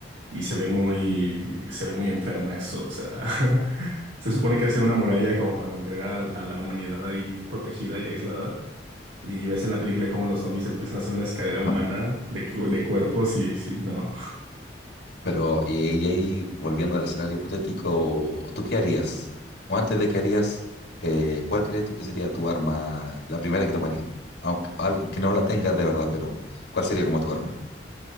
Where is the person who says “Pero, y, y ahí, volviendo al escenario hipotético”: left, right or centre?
Left